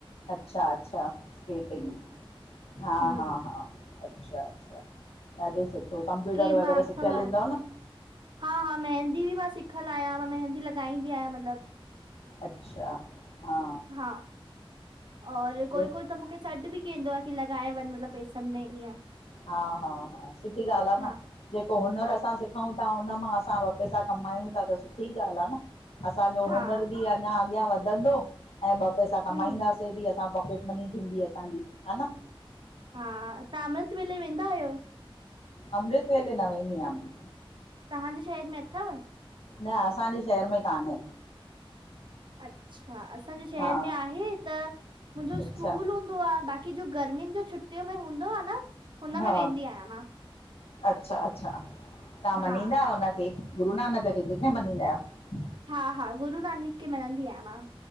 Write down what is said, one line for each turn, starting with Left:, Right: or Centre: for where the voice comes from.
Left: अच्छा, अच्छा, स्केटिंग हा!
Right: हम्म
Left: हा! हा! अच्छा, अच्छा ॾाढो सुठो कंप्यूटर
Right: की
Left: वग़ैरह
Right: मां सिखमि
Left: सिखियल
Right: आहियां
Left: हूंदव न।
Right: हा, हा मेहंदी बि मां सिखल आयाम, मेहंदी लॻाईंदी आहियां मतिलबु
Left: अच्छा, हा।
Right: हा और
Left: ॿियो
Right: कोई कोई त मुखे सॾु बि कंदो आहे की लॻाए वञ मतिलबु पेसनि में ईअं।
Left: हा हा हा सुठी ॻाल्हि आहे
Right: हा
Left: न जे पोइ हुनर असां सिखूं था, हुन मां असां ॿ पैसा कमायूं था त सुठी ॻाल्हि आ न। असांजो
Right: हा
Left: हुनर बि अञा अॻियां वधंदो ऐं ॿ पैसा कमाईंदासीं
Right: हम्म
Left: बि असां। पॉकेट मनी थींदी असांजी, हा न।
Right: हा, तां अमृत वेले वेंदा आहियो?
Left: अमृत वेले न वेंंदी आ मां।
Right: तव्हांजे शहर में अथव?
Left: न असांजे शहर में कान्हे
Right: अच्छा असांजे शहर
Left: हा
Right: में आहे त मुंहिंजो
Left: अच्छा
Right: स्कूल हूंदो आहे बाक़ी की जो गर्मीुनि जो छुटयू में हूंदो आ न, हुन
Left: हा
Right: मै वेंदी आहियां मां।
Left: अच्छा अच्छा तव्हां
Right: हा
Left: मञीदा आहियो? उनखे गुरू नानक खे कंहिंखे मञिदां आहियो।
Right: हा, हा गुरु नानक खेे मन्नदी आह मां।